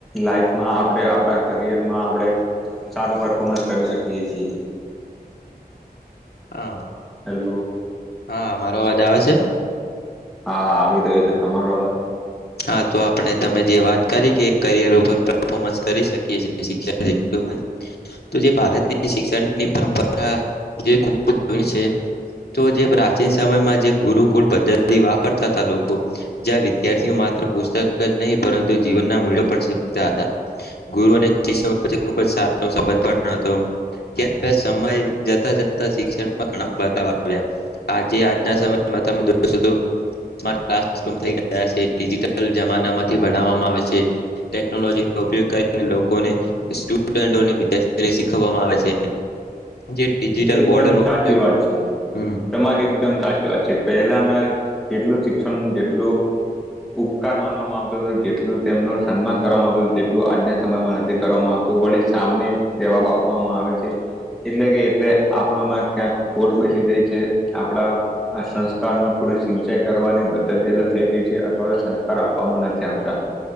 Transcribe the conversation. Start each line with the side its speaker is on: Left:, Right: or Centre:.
Centre: લાઈફમાં આપણે આપણા કરિયરમાં આપણે સારું પરફોમન્સ કરી શકીએ છીએ.
Left: હા,
Centre: હેલો
Left: હા. મારો અવાજ આવે છે?
Centre: હા આવી તો <unintelligible> તમારો અવાજ.
Left: હા તો આપણે તમે જે વાત કરી કે કરિયર ઉપર પણ પરફોર્મન્સ કરી શકીએ છીએ <unintelligible> તો જે ભારતની શિક્ષણ ની પરંપરા જે ખૂબ જ જુની છે તો જે પ્રાચીન સમયમાં જે ગુરુકુલ પદ્ધતિ વાપરતા હતા લોકો, જ્યાં વિદ્યાર્થીઓ મા ત્ર પુસ્તક જ નહીં પરંતુ જીવનના મૂલ્યો પણ શીખતા હતા. ગુરુ અને શિષ્ય વચ્ચે ખુબ જ સારો સંબંધ પણ હતો. જ્યારે સમય જતા-જતા શિક્ષણમાં ઘણા બદલા આવ્યા. આજે આજના સમયમાં તમે જોશો તો સ્માર્ટ ક્લાસરૂમ થઈ ગયા છે ડિજિટલ જમાનામાંથી ભણાવવામાં આવે છે. ટેકનોલોજી નો ઉપયોગ કરીને લોકોને, સ્ટુડન્ટોને વિદ્યાર્થીઓને શીખવવામાં આવે છે. જે ડિજિટલ
Centre: એકદમ
Left: બોર્ડનો
Centre: સાચી
Left: ઉપયોગ
Centre: વાત છે.
Left: હમ
Centre: તમારી એકદમ સાચી વાત છે. પહેલાના જેટલું શિક્ષણ જેટલું ઉપકાર માનવામાં આવતો હતો, જેટલું તેમનું સન્માન કરવામાં આવતું તું, તેટલું આજના સમયમાં નથી કરવામાં આવતું. વળી સામે જવાબ આપવામાં આવે છે. એટલે કે એટલે આપણામાં ક્યાંક ખોટ બેસી ગઈ છે, આપણામાં સંસ્કારમાં થોડી સિંચાઈ કરવાની પદ્ધતિ અલગ થઈ ગઈ છે, અથવા તો સંસ્કાર આપવામાં નથી આવતા.